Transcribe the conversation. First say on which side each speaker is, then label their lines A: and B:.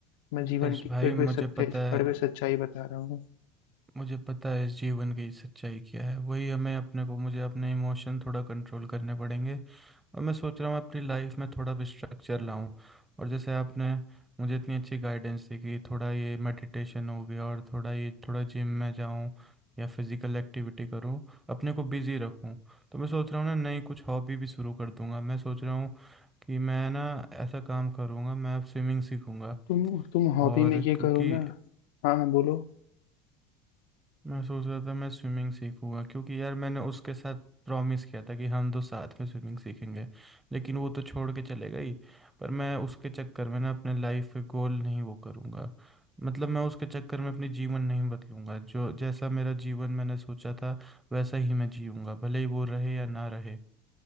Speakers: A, on the left; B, on the right.
A: मैं जीवन
B: आदर्श
A: की
B: भाई
A: कड़वे
B: मुझे
A: सत्य
B: पता है
A: कड़वे सच्चाई बता रहा हूँ।
B: मुझे पता है इस जीवन की सच्चाई क्या है वही हमें अपने को मुझे अपने इमोशन थोड़ा कंट्रोल करने पड़ेंगे और मैं सोच रहा हूँ अपनी लाइफ में थोड़ा भी स्ट्रक्चर लाऊं और जैसे आपने मुझे इतनी अच्छी गाइडेंस दी कि थोड़ा ये मेडिटेशन हो गया और थोड़ा ये थोड़ा जिम में जाऊं या फिजिकल एक्टिविटी करूं अपने को बिजी रखूं तो मैं सोच रहा हूँ ना नई कुछ हॉबी भी शुरू कर दूंगा मैं सोच रहा हूँ कि मैं ना ऐसा काम करूँगा मैं अब स्विमिंग सीखूँगा
A: तुम तुम हॉबी
B: और
A: में ये
B: क्योंकि
A: करो ना हाँ हाँ बोलो
B: मैं सोच रहा था मैं स्विमिंग सीखूँगा क्योंकि यार मैंने उसके साथ प्रॉमिस किया था कि हम दो साथ में स्विमिंग सीखेंगे लेकिन वो तो छोड़ के चले गई पर मैं उसके चक्कर में ना अपने लाइफ के गोल नहीं वो करूँगा मतलब मैं उसके चक्कर में अपनी जीवन नहीं बदलूंगा जो जैसा मेरा जीवन मैंने सोचा था वैसा ही मैं जीऊँगा भले ही वो रहे या ना रहे